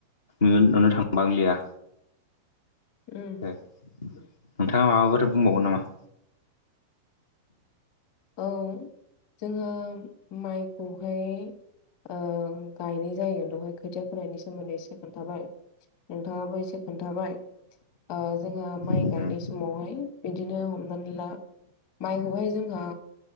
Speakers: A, on the left; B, on the left.
A: नुन नुनो थांबांलिया।
B: उम।
A: नोंथाङा माबाफोर बुंबावगोन नामा?
B: औ जोंङो माइखौहाय ओ गायनाय जायो बेहाय खोथिया फोनायनि सोमोन्दै एसे खोन्थाबाय। नोंथाङाबो एसे खोन्थाबाय। ओ जोंहा माइ
A: उम
B: गायनाय समावहाय बिदिनो हमनानै ला माइखौहाय जोंहा